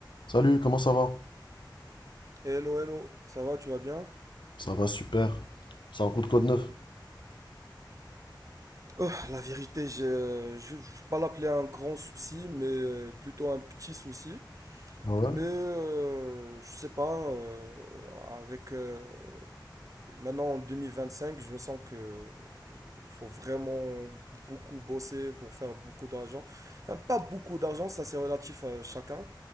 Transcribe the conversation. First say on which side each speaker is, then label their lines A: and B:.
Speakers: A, on the left; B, on the right.
A: Salut, comment ça va?
B: Hello, hello, ça va, tu vas bien?
A: Ça va super. C'est un coup de code neuf.
B: Euh, la vérité, j'ai- je ne vais pas l'appeler un grand souci, mais euh, plutôt un petit souci.
A: Ah Ouais.
B: Mais euh, je sais pas, euh, avec euh, maintenant en 2025, je me sens que faut vraiment beaucoup bosser pour faire beaucoup d'argent. Enfin, pas beaucoup d'argent, ça c'est relatif à chacun,